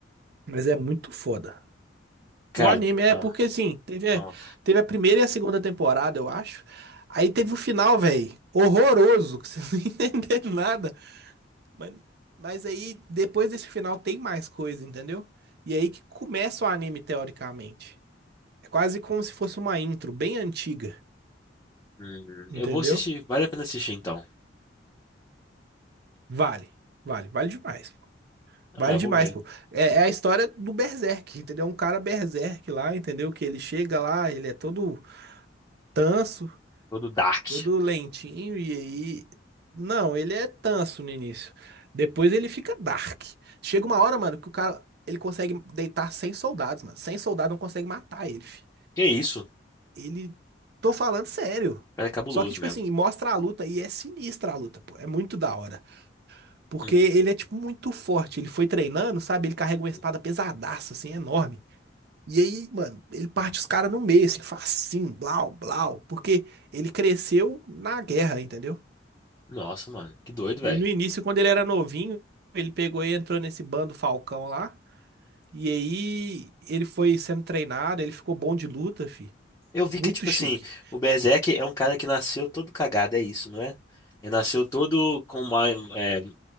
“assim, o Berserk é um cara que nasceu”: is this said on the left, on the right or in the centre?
Left